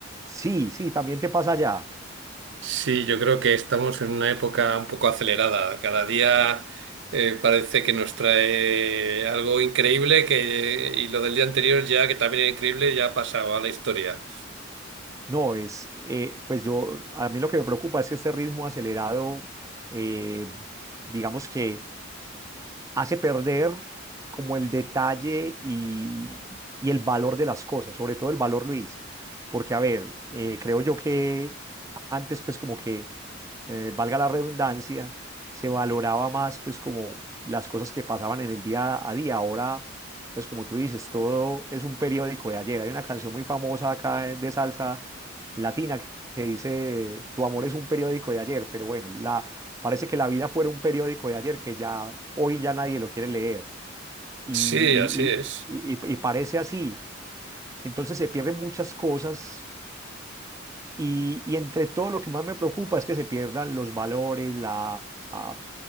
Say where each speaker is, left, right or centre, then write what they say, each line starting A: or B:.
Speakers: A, on the right; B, on the right.
A: sí, sí, también te pasa allá.
B: Sí, yo creo que estamos en una época un poco acelerada. Cada día eh, parece que nos trae algo increíble que, y lo del día anterior ya, que también era increíble, ya ha pasado a la historia.
A: No, es, eh, pues yo, a mí lo que me preocupa es que este ritmo acelerado, eh, digamos que... hace perder como el detalle y, y el valor de las cosas, sobre todo el valor, Luis, porque a ver, eh, creo yo que antes pues como que, eh, valga la redundancia, se valoraba más pues como las cosas que pasaban en el día a día, ahora pues como tú dices, todo es un periódico de ayer, hay una canción muy famosa acá eh, de salsa latina que dice, tu amor es un periódico de ayer, pero bueno, la Parece que la vida fuera un periódico de ayer que ya hoy ya nadie lo quiere leer y,
B: Sí, así
A: y-
B: es.
A: y- y- y parece así. Entonces se pierden muchas cosas y, y entre todo lo que más me preocupa es que se pierdan los valores, la, la,